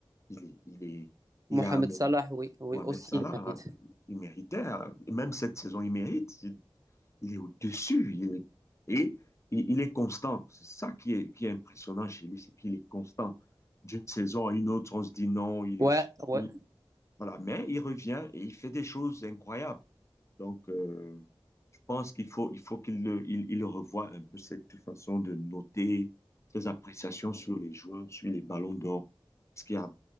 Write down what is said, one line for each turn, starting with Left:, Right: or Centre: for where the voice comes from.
Left: Il est, il est,
Right: Mohamed
Left: il a
Right: Salah, oui, oui,
Left: Mohamed
Right: aussi
Left: Salah.
Right: il mérite.
Left: hein. Il méritait. hein. Et Même cette saison, il mérite. il est au-dessus, il est, et il, il est constant. C'est ça qui est, qui est impressionnant chez lui, c'est qu'il est constant. D'une saison à une autre, on se dit non, il
Right: Ouais,
Left: est fini,
Right: ouais.
Left: voilà. Mais il revient et il fait des choses incroyables. Donc, euh, je pense qu'il faut, il faut qu'il le- il, il revoie un peu cette façon de noter ses appréciations sur les joueurs, sur les ballons d'or. Parce qu'il y a